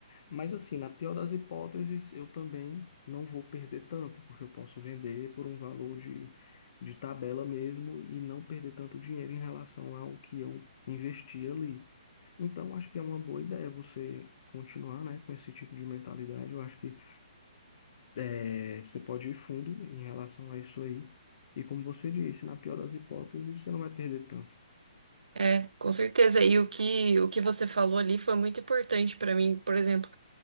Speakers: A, on the left (about 55°); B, on the right (about 80°).
A: Mas assim, na pior das hipóteses, eu também não vou perder tanto, porque eu posso vender por um valor de, de tabela mesmo e não perder tanto dinheiro em relação ao que eu investi ali. Então, acho que é uma boa ideia você continuar, né, com esse tipo de mentalidade. Eu acho que eh, você pode ir fundo em relação a isso aí. E como você disse, na pior das hipóteses, você não vai perder tanto.
B: É, com certeza. E o que, o que você falou ali foi muito importante para mim. Por exemplo,